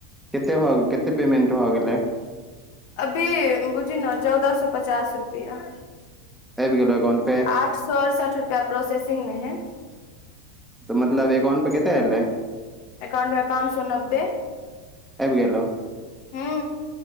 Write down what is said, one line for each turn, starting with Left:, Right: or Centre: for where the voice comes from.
Centre: केते-केतेअ पेमेंट भऽ गेलै
Left: अभी बुझि न चौदह सौ पचास रुपया
Centre: आइब गेलो एकाउंट पे
Left: आठ सौ अरसठ रुपया प्रोसेसिंग में हैय
Centre: मतलब एकाउंट पे केते ऐलरहै
Left: एकाउंट मे पाँच सौ नब्बे
Centre: आबि गेलो
Left: हु